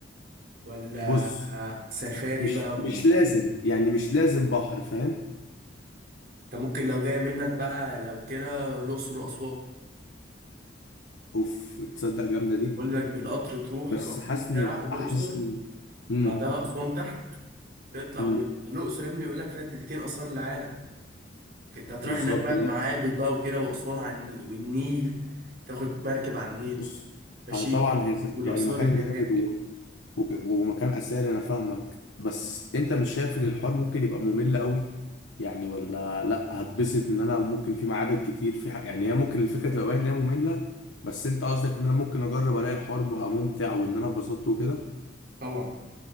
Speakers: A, on the right (about 55°); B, on the left (about 80°).
A: ولا
B: بص
A: سفاري
B: مش
A: بقى و...
B: مش لازم يعني مش لازم بحر فاهم
A: انت ممكن لو جاية منك بقى لو كده الأقصر وأسوان
B: اوف تصدق جامده دي
A: بقول لك بالقطر تروح
B: بس
A: 24
B: حاسس ان
A: ساعة
B: الح-
A: الأقصر
B: حاسس ان امم
A: بعدها أسوان تحت تطلع
B: امم
A: بيها الأقصر يا ابني بيقول لك فيها تلتين آثار العالم فأنت هتروح
B: بالظبط
A: هناك بقى معابد بقى وكده وأسوان على النيل والنيل تاخد مركب على النيل
B: بص
A: ماشي
B: انا طبعا هي كانت-
A: والآثار
B: يعني مكان
A: اللي
B: جامد
A: هناك
B: و... و... ومكان اثري انا فاهمك بس انت مش شايف ان الحوار ممكن يبقى ممل قوي يعني ولا لا هتبسط ان انا ممكن في معابد كتير في ح... يعني هي ممكن الفكره تبقى باين ان هي ممله بس انت قصدك ان انا ممكن اجرب الاقي الحوار بقى ممتع وان انا اتبسطت وكده
A: طبعا